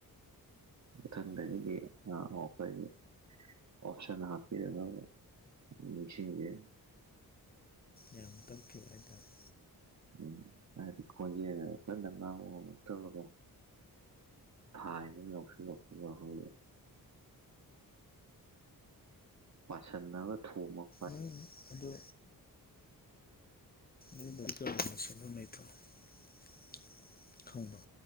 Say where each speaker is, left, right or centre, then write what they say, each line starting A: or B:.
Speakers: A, on the right; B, on the left.
A: ꯃꯊꯪꯗꯒꯤꯗꯤ ꯑꯥ ꯑꯣ ꯐꯩ꯫ ꯑꯣꯞꯁꯟ ꯍꯥꯥꯞꯄꯦ <unintelligible> ꯅꯤꯡꯁꯤꯡꯗꯦ꯫
B: ꯌꯥꯝ ꯀꯞꯈꯤꯕꯅꯤ ꯍꯥꯏꯇꯥꯔꯦ꯫
A: ꯎꯝ ꯃꯥꯗꯤ ꯈꯣꯟꯖꯦꯟꯅ ꯀꯟꯅ ꯉꯥꯡ ꯉꯝꯃꯛ ꯇꯕꯗꯣ꯫ ꯈꯥꯏꯕ ꯑꯝ ꯌꯥꯎꯁꯤꯜꯂꯛ ꯄꯗꯣ <unintelligible> ꯄꯥꯁꯤꯟꯂꯒ ꯊꯣꯝꯃꯒ
B: ꯅꯣꯏ ꯑꯗꯨ꯫ <unintelligible> ꯈꯪꯕ꯭ꯔꯣ